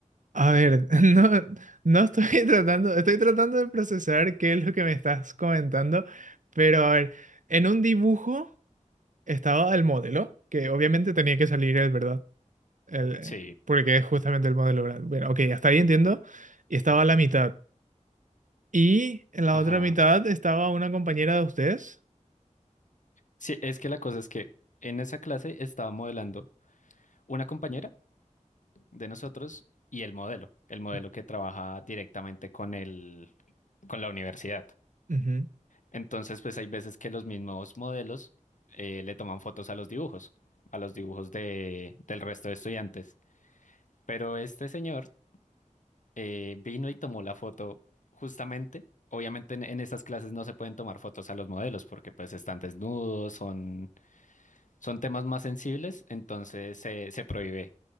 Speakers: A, on the right; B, on the left.
A: A ver, <laughs> no, no estoy <laughs> tratando, estoy tratando de procesar qué es lo que me estás comentando, pero a ver, en un dibujo estaba el modelo, que obviamente tenía que salir el verdad, el,
B: Sí,
A: porque es justamente el modelo, ¿verdad? Bueno, ok, hasta ahí entiendo, y estaba a la mitad. Y en la
B: ajá.
A: otra mitad estaba una compañera de ustedes.
B: Sí, es que la cosa es que en esa clase estaba modelando una compañera de nosotros y el modelo, el modelo
A: Mm,
B: que trabaja directamente con el, con la universidad.
A: ujú.
B: Entonces, pues hay veces que los mismos modelos eh, le toman fotos a los dibujos, a los dibujos de, del resto de estudiantes. Pero este señor eh, vino y tomó la foto justamente. Obviamente en, en esas clases no se pueden tomar fotos a los modelos porque pues están desnudos, son Son temas más sensibles, entonces se, se prohíbe